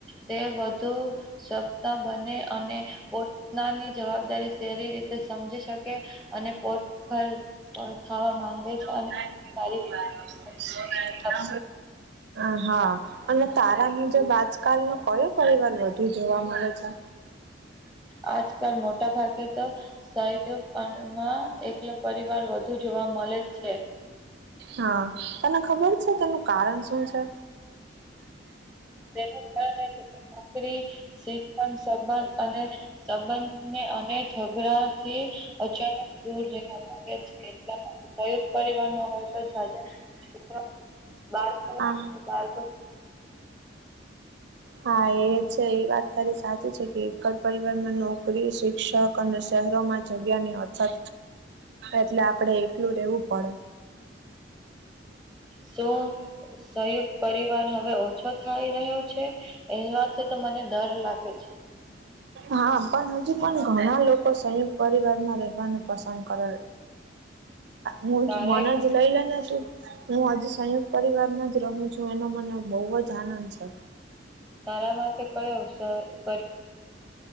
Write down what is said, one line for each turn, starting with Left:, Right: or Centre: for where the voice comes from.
Centre: તે બધું. સપના બને અને પોતાની જવાબદારી સેરી રીતે સમજી શકે. અને પોટ પર ખાવા માંગે
Right: ન
Centre: છે અને
Right: તારી કે
Centre: સારી
Right: ભૂવા
Centre: રીતે કરે છે.
Right: <unintelligible> હા અને તારા મુજબ આજકાલ નો કયો પરિવાર વધુ જોવા મળે છે.
Centre: આજકાલ મોટા ભાગે તો. સહયોગમાં એકલો પરિવાર વધુ જોવા મળે છે.
Right: હા તને ખબર છે તેનું કારણ શું છે.
Centre: તેના કારણે નોકરી શીખણ સંબંધ અને. સંબંધને અને ઝઘડા થી અચાનક દૂર રહેવા માંગે છે. એટલા જયુ પરિવાનમાં હોય તો જજ. શુક બાર
Right: હા,
Centre: બાર
Right: હા એજ છે એ વાત તારી સાચી છે કે. પરરમાં નોકરી શિક્ષક અને શહેરો માં જગ્યાની. અચ્છા એટલે આપડે એકલું રેવું પડે.
Centre: શું સંયુક્ત પરિવાર હવે ઓછો થાય રહ્યો છે. એની વાત થ તો મને ડર લાગે છે.
Right: હા પણ હજુ પણ ઘણા લોકો સંયુક્ત પરિવાર માં રહેવાનું પસંદ કરે. હું
Centre: તારે
Right: જ મનજ લઈ લેના છું. હું હજુ સંયુક્ત પરિવાર જ રહું છું એનો મને બહુ જ આનંદ છે.
Centre: તારામાં કે કઈ અવસર